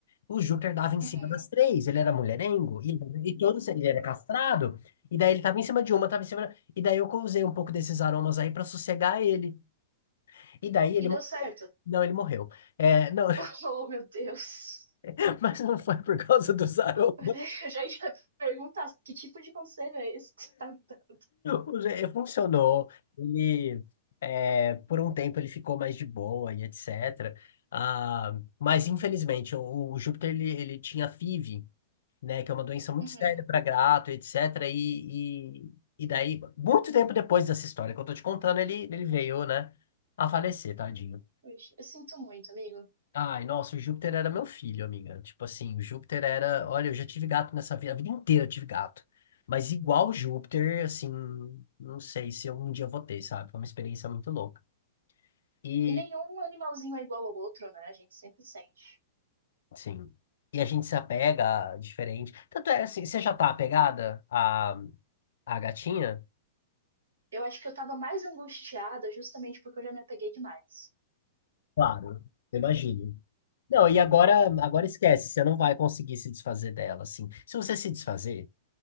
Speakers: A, on the left; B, on the right.
A: O Júpiter dava em cima
B: Uhum.
A: das três, ele era mulherengo, e, e todos, ele era castrado, e daí ele tava em cima de uma, tava em cima da... E daí eu usei um pouco desses aromas aí pra sossegar ele. E daí ele
B: E deu
A: morreu.
B: certo.
A: Não, ele morreu. É, não,
B: <laughs> Oh, meu Deus.
A: <laughs> mas não foi por causa dos aromas.
B: <laughs> Eu já ia perguntar que tipo de conselho é esse que você tá me dando?
A: O je- Funcionou. Ele, é, por um tempo ele ficou mais de boa e etc. Ah, mas infelizmente o, o Júpiter ele, ele tinha FIV, né? Que é uma doença muito
B: Uhum.
A: séria para gato, etc. E, e, e daí, muito tempo depois dessa história que eu tô te contando, ele, ele veio, né, a falecer, tadinho.
B: Poxa, Eu sinto muito, amigo.
A: Ai, nossa, o Júpiter era meu filho, amiga. Tipo assim, o Júpiter era. Olha, eu já tive gato nessa vida, a vida inteira eu tive gato. Mas igual o Júpiter, assim, não sei se eu um dia vou ter, sabe? Foi uma experiência muito louca. E,
B: E nenhum animalzinho é igual ao outro, né? A gente sempre sente.
A: assim, e a gente se apega diferente. Tanto é assim, você já tá apegada à, à gatinha?
B: Eu acho que eu tava mais angustiada justamente porque eu já me apeguei demais.
A: Claro, imagino. Não, e agora, agora esquece, você não vai conseguir se desfazer dela, assim. Se você se desfazer,